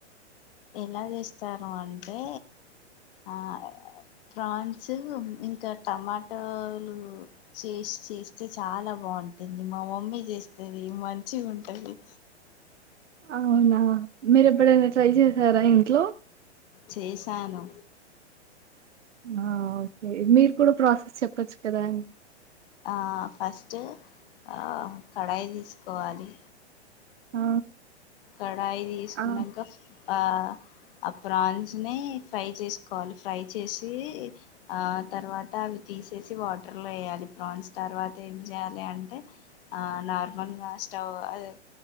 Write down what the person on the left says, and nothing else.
ఎలా జేస్తారు అంటే ఆ ప్రాన్ న్సు ఇంకా టమాటాలు చేస్ చేస్తే చాలా బాంటుంది మ మా మమ్మీ జేస్తది మంచిగుంటది
చేశాను
ఆ ఫస్టు ఆ కడాయి దీసుకోవాలి
కడాయి దీసుకుంన్నాంక
ఆ ఆ ప్రాన్స్ ని ఫ్రై చేసుకోవాలి ఫ్రై చేసీ ఆ తర్వాత అవి తీసేసి వాటర్ లో ఏయాలి ప్రాన్స్ తర్వాత ఏం జేయాలి అంటే ఆ నార్మల్ గా స్టవ్ అదే